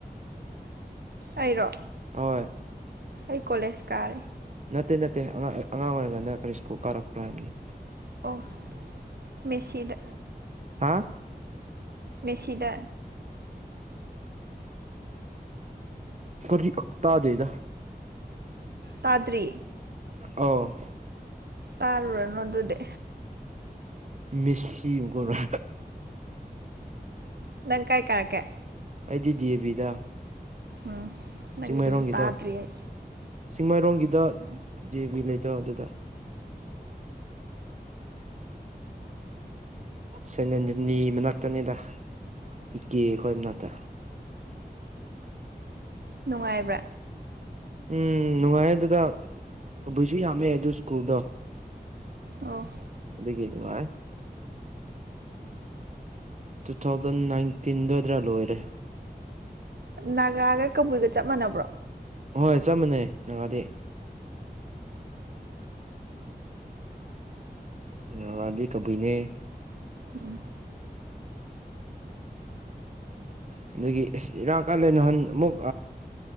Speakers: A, on the right (about 75°); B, on the right (about 45°).
A: ꯑꯩꯔꯣ
B: ꯑꯣꯏ
A: ꯑꯩ ꯀꯣꯂꯦꯁ ꯀꯥꯔꯦ
B: ꯅꯠꯇꯦ ꯅꯠꯇꯦ ꯑꯉꯥ ꯑꯦ ꯑꯉꯥꯡ ꯑꯣꯏꯔꯤꯉꯥꯏꯅ ꯀꯔꯤ ꯁ꯭ꯀꯨꯜ ꯀꯥꯔꯛꯄ꯭ꯔꯥ ꯍꯥꯏꯕꯅꯤ
A: ꯑꯣ ꯃꯦꯁꯤꯗ
B: ꯍꯥꯥ
A: ꯃꯦꯁꯤꯗ
B: ꯀꯔꯤꯛ ꯇꯥꯗꯦꯗ
A: ꯇꯥꯗ꯭ꯔꯤ
B: ꯑꯣ
A: ꯇꯥꯔꯨꯔꯅꯣ ꯑꯗꯨꯗꯦ
B: ꯃꯤꯁꯤ ꯒꯨꯔ
A: ꯅꯪ ꯀꯥꯏ ꯀꯥꯔꯛꯀꯦ
B: ꯑꯩꯗꯤ ꯙꯦꯕꯤꯗ
A: ꯎꯝ
B: ꯆꯤꯡꯃꯩꯔꯣꯡꯒꯤꯗꯣ
A: ꯅꯪꯒꯤꯗꯨꯁꯨ ꯇꯥꯗ꯭ꯔꯤ ꯑꯩ
B: ꯆꯤꯡꯃꯥꯏꯔꯣꯡꯒꯤꯗ ꯗꯦꯕꯤ ꯂꯩꯗꯣ ꯑꯗꯨꯗ ꯁꯦꯅꯅꯅꯤꯒꯤ ꯃꯅꯥꯛꯇꯅꯤꯗ ꯏꯀꯦ ꯈꯣꯏ ꯃꯅꯥꯛꯇ
A: ꯅꯨꯡꯉꯥꯏꯕ꯭ꯔꯥ
B: ꯎꯝ ꯅꯨꯡꯉꯥꯏꯦ ꯑꯗꯨꯗ ꯀꯕꯨꯏꯁꯨ ꯌꯥꯝꯃꯦ ꯑꯗꯨ ꯁ꯭ꯀꯨꯜꯗꯣ
A: ꯑ
B: ꯑꯗꯨꯗꯒꯤꯅꯨꯡꯉꯥꯏ ꯇꯨ ꯊꯥꯎꯖꯟ ꯅꯥꯏꯟꯇꯤꯟꯗ ꯑꯣꯏꯗ꯭ꯔꯥ ꯂꯣꯏꯔꯦ
A: ꯅꯥꯒꯥꯒ ꯀꯕꯨꯏꯒ ꯆꯞ ꯃꯥꯟꯅꯕ꯭ꯔꯣ
B: ꯍꯣꯏ ꯆꯠꯃꯅꯦ ꯅꯪꯒꯥꯥꯗꯤ ꯉꯋꯥꯗꯤ ꯀꯕꯤꯅꯦ
A: ꯎꯝ
B: ꯑ ꯑꯗꯒꯤ ꯑꯁ ꯏꯔꯥꯀꯥꯟꯂꯦ ꯅꯍꯥꯟ ꯑꯃꯨꯛ